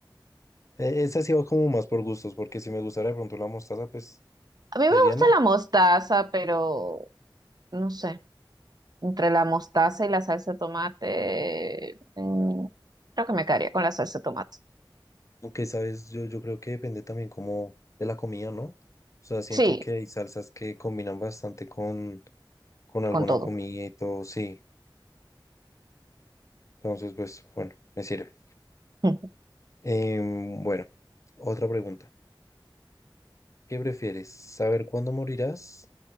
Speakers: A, on the left; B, on the right.
A: Eh, esa sí va como más por gustos, porque si me gustara de pronto la mostaza, pues
B: A mí
A: te
B: me
A: diría,
B: gusta
A: no.
B: la mostaza, pero no sé, entre la mostaza y la salsa de tomate, mm, creo que me quedaría con la salsa de tomate.
A: Aunque, sabes, yo, yo creo que depende también como de la comida, ¿no? O sea, siento
B: Sí,
A: que hay salsas que combinan bastante con, con alguna
B: con todo.
A: comida y todo, sí. Entonces, pues, bueno, me sirve.
B: <laughs>
A: Em, bueno, otra pregunta. ¿Qué prefieres? ¿Saber cuándo morirás